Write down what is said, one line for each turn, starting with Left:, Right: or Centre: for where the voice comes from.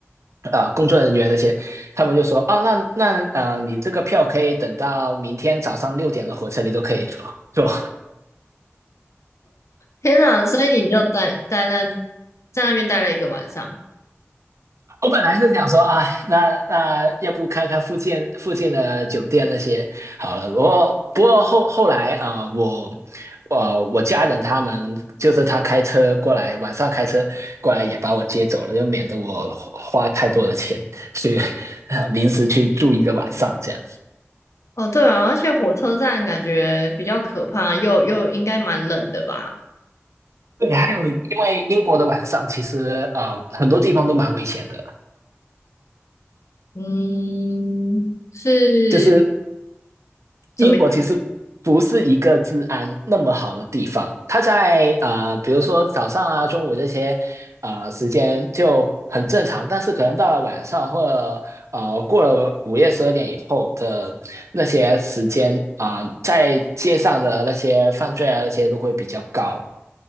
Right: 呃工作人员那些，他们就说啊那那呃你这个票可以等到明天早上六点的火车你都可以坐坐，
Left: 天哪，所以你就待待那在那边待了一个晚上。
Right: 我本来是想说，哎，那那要不开开附近附近的酒店那些好了。不过不过后后来啊、呃我我呃我家人他们就是他开车过来，晚上开车过来也把我接走了，就免得我花花太多的钱去 <laughs> 呃临时去住一个晚上这样。
Left: 哦，对啊，而且火车站感觉比较可怕，又又应该蛮冷的吧？
Right: 对，还有因为英国的晚上其实呃很多地方都蛮危险的，
Left: 嗯，是
Right: 就是
Left: 怎么样？
Right: 英国其实不是一个治安那么好的地方，它在呃，比如说早上啊、中午这些呃时间就很正常，但是可能到了晚上或者呃过了午夜十二点以后的那些时间啊、呃在街上的那些犯罪啊那些都会比较高。